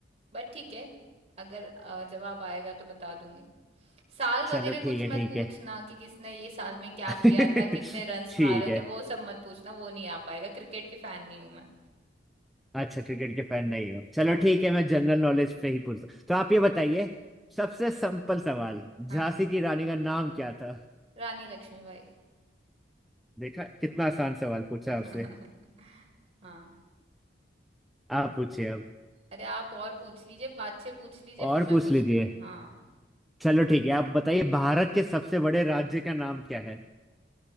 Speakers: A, on the right; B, in the centre.
A: बट ठीक है अगर अ, जवाब आएगा तो बता दूंगी साल
B: चलो
A: वगैरह
B: ठीक
A: कुछ
B: है
A: मत
B: ठीक
A: पूछना
B: है
A: कि किसने ये साल में क्या
B: <laughs>
A: किया था कितने रन्स
B: ठीक
A: मारे
B: है
A: थे वो सब मत पूछना वो नहीं आ पाएगा क्रिकेट की फैन नहीं हूं मैं
B: अच्छा क्रिकेट के फैन नहीं हो चलो
A: हाँ
B: ठीक है मैं जनरल नॉलेज पे ही पूछता हूँ। तो आप ये बताइए सबसे सिंपल सवाल झांसी
A: हाँ
B: की रानी का नाम क्या था
A: रानी लक्ष्मीबाई
B: देखा कितना आसान सवाल पूछा
A: <laughs>
B: आपसे
A: हाँ
B: आप पूछिए अब
A: अरे आप और पूछ लीजिए पाँच छः पूछ लीजिए
B: और
A: फिर मैं
B: पूछ
A: पूछती
B: लीजिए
A: हूँ हाँ
B: चलो ठीक है आप बताइए भारत के सबसे बड़े राज्य का नाम क्या है